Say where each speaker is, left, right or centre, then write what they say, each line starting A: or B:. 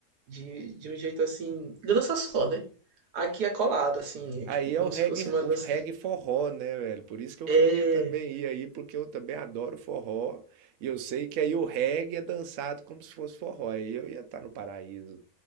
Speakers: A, on the right; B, on the right.
A: de, de um jeito assim, dança só, né? Aqui é colado, assim, é
B: Aí
A: tipo como
B: é o reggae,
A: se fosse uma
B: o
A: dança.
B: reggae forró, né, velho? Por isso que eu
A: É,
B: queria também ir aí, porque eu também adoro forró. E eu sei que aí o reggae é dançado como se fosse forró. Aí eu ia estar no paraíso.